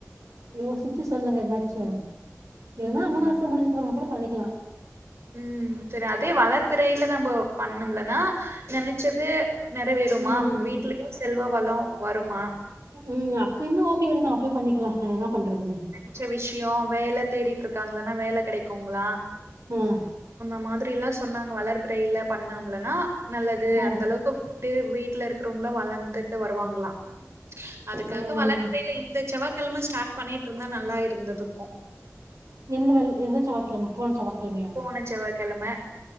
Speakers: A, on the right; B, on the right.
A: யோசிச்சி சொல்லுங்க எதாச்சு இல்லனா
B: ம்.
A: அம்மாவாச முடிஞ்சதுக்கப்றோ கூட பண்ணிக்லா
B: ம் செரி அதே வளர்ப்பிறையில நம்ம பண்ண முல்லனா நெனச்சது நெறவேறுமா
A: ம்
B: வீட்லயு செல்வ வளோ வருமா
A: ம் அப்டினா ஓகேங்க நம்ம அப்டியே பண்ணிக்லா வேற என்னா பண்றது
B: மிச்ச விஷயோ வேல தேடிட்ருக்காங்ளானா வேல கெடைக்குங்ளா
A: ம்
B: அந்த மாதிரிலா சொன்னாங்க வளர்ப்பிறையில பண்ணம்லனா நல்லது
A: ஆ
B: அந்த அளவுக்கு டு வீட்ல இருக்றவங்கலு வளந்துட்டு வருவாங்ளா அதுக்காக
A: ம்
B: வளர்பிறைல இந்த செவ்வாக்கெழம ஸ்டார்ட் பண்ணிட்ருந்தா நல்லா இருந்துதுக்கு
A: எந்த வெள் எந்த செவ்வாக்கெழம போன செவ்வாக்கெழமையா
B: போன செவ்வாக்கெழமை